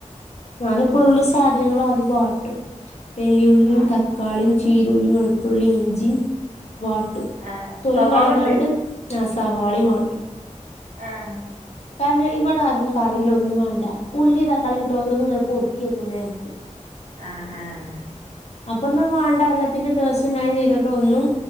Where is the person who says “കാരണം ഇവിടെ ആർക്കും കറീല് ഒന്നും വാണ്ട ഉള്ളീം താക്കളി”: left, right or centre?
Left